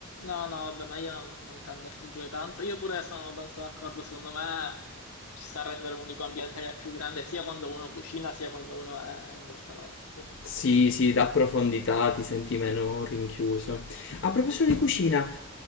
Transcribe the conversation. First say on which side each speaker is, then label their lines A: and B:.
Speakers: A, on the left; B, on the left.
A: No, no, vabbè, ma io non, non tendo a friggere tanto. Io pure sono abbastanza d'accordo, secondo me ci sta a rendere un unico ambiente che è più grande sia quando uno cucina sia quando uno è nel salotto.
B: Sì, sì, dà profondità, ti senti meno rinchiuso. A proposito di cucina,